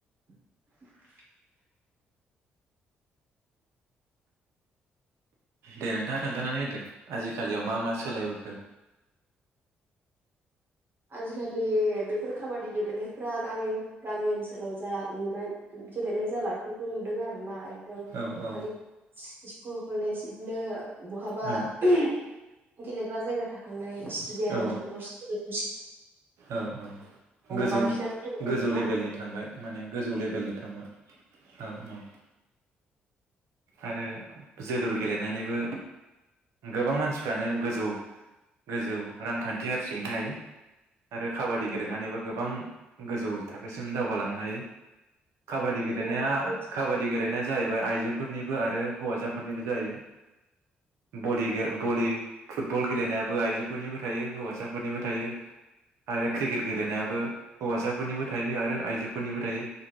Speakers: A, on the right; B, on the right.
A: <inaudible>
B: दे नोंथाङा खोन्थानानै होदो आजिखालियाव मा मा सोलायबोखो
A: आजिखालि बेफोर खाबादि गेलेनायफ्रा गामि गामि ओनसोलाव जा नुनाय गेलेनाय जाला बेफोरखौ नुदों आरोना
B: औ औ
A: खालि स्कुल कलेज बिदिनो बहाबा
B: औ
A: <unintelligible> गेलेग्रा जायगा थाखांनाय स्टेडियाम
B: औ
A: बेफोरसो <unintelligible>
B: औ औ गोजौ
A: बांसिनानो गेलेनाय
B: गोजौ
A: नुला
B: लेभेलनि थांबाय माने गोजौ लेभेलनि थांबाय औ औ आरो जोलुर गेलेनानैबो गोबां मानसिफ्रानो गोजौ गोजौ रांखान्थि आर्जिनाय हैनो हायो आरो काबादि
A: थांला
B: गेलेनानैबो गोबां गोजौ थाखोसिम दावगालां नै काबादि गेलेनाया
A: गोबां
B: काबादि गेलेनाया जाहैबाय आइजो फोरनिबो आरो हौवासाफोरनिबो जायो बलि गेले बलि फुटबल गेलेनायाबो आइजोफोरनिबो थायो हौवासाफोरनिबो थायो आरो क्रिकेट गेलेनायाबो हौवासाफोरनिबो थायो आरो आइजोफोरनिबो थायो